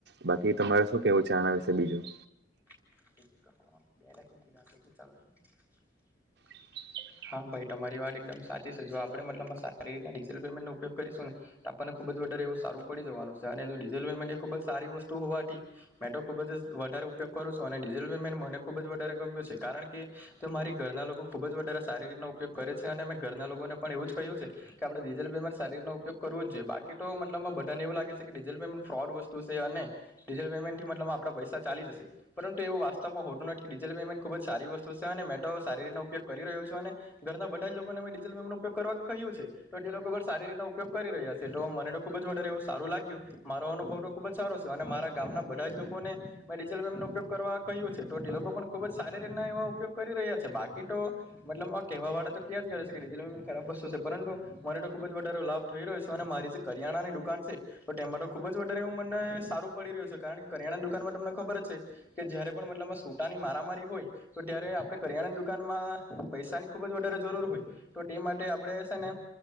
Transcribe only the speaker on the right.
બાકી તમારે શું કેવું આના વિશે બીજું?
<inaudible>